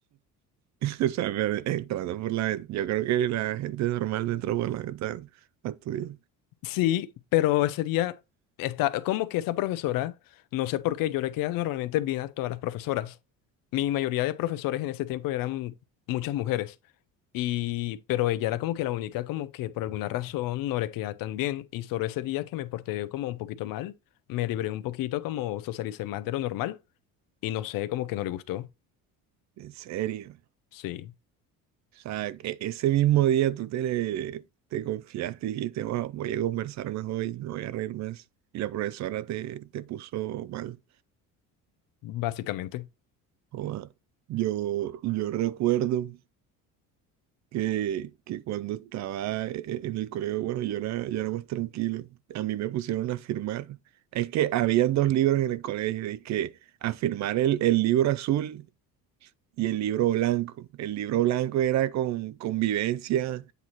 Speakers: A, on the right (about 50°); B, on the left (about 70°).
A: O sea, pero entrando por la ventana. Yo creo que la gente normal no entra por la ventana a estudiar.
B: Sí, pero ese día está como que esa profesora, no sé por qué, yo le quedaba normalmente bien a todas las profesoras. Mi mayoría de profesores en ese tiempo eran muchas mujeres y pero ella era como que la única como que por alguna razón no le quedaba tan bien y solo ese día que me porté como un poquito mal, me libré un poquito, como socialicé más de lo normal y no sé, como que no le gustó.
A: En serio.
B: Sí,
A: O sea, que ese mismo día tú te, le- te confiaste y dijiste, wow, voy a conversar más hoy, no voy a reír más. Y la profesora te, te puso mal.
B: básicamente.
A: Joda, Yo, yo recuerdo que, que cuando estaba e- e- en el colegio, bueno, yo era, yo era más tranquilo. A mí me pusieron a firmar. Es que había dos libros en el colegio, y que a firmar el, el libro azul y el libro blanco. El libro blanco era con convivencia,